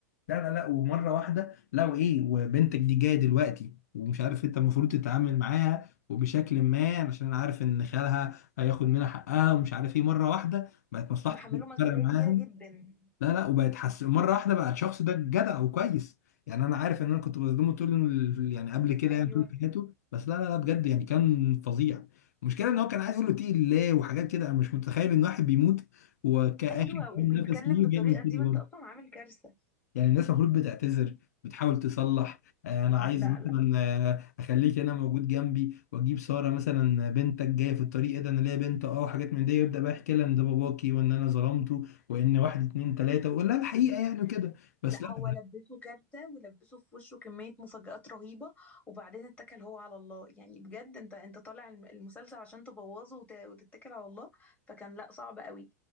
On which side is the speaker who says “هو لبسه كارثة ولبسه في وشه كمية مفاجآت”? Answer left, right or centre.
Left